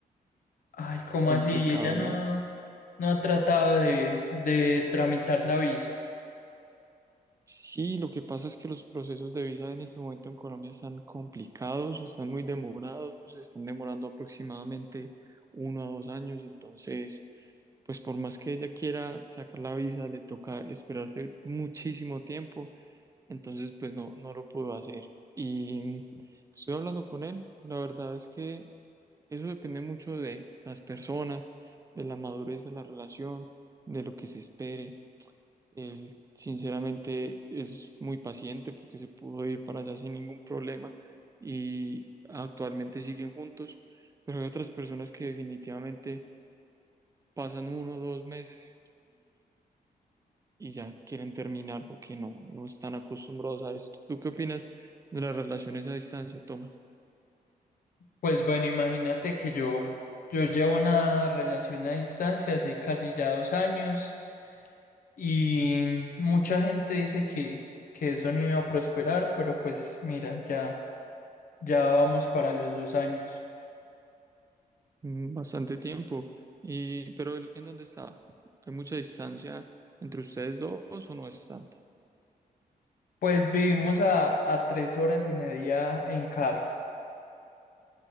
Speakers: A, on the left; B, on the right.
A: ay, ¿cómo
B: Complicado,
A: así? Ella no,
B: ¿no?
A: ha- no ha tratado de, de tramitar la visa.
B: Sí, lo que pasa es que los procesos de visa en este momento en Colombia están complicados, están muy demorados, están demorando aproximadamente uno a dos años, entonces, pues por más que ella quiera sacar la visa, le toca esperarse muchísimo tiempo Entonces, pues no, no lo pudo hacer. Y estoy hablando con él. La verdad es que eso depende mucho de las personas, de la madurez de la relación, de lo que se espere. Él, sinceramente, es muy paciente porque se pudo ir para allá sin ningún problema y actualmente siguen juntos. Pero hay otras personas que definitivamente pasan uno o dos meses y ya quieren terminar porque no, no están acostumbrados a esto. ¿Tú qué opinas de las relaciones a distancia, Tomás?
A: Pues bueno, imagínate que yo, yo llevo una relación a distancia hace casi ya dos años. Y mucha gente dice que, que eso no iba a prosperar, pero pues mira, ya, ya vamos para los dos años.
B: Mm, Bastante tiempo, y, pero ¿en en dónde está? ¿Hay mucha distancia entre ustedes dos o no es tanta?
A: Pues vivimos a, a tres horas y media en carro.